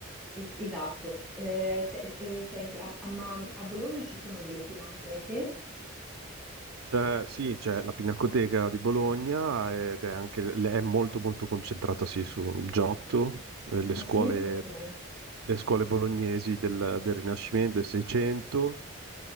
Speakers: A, in the centre; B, on the right.
A: es- esatto. Eh, se- eh, senti, a, a- ma a Bologna ci sono delle pinacoteche?
B: Cioè, sì, c'è la Pinacoteca di Bologna ed è anche è molto molto concentrata sì, su Giotto, eh, le
A: Ah
B: scuole,
A: sì? Ok,
B: le scuole bolognesi del, del Rinascimento, del Seicento,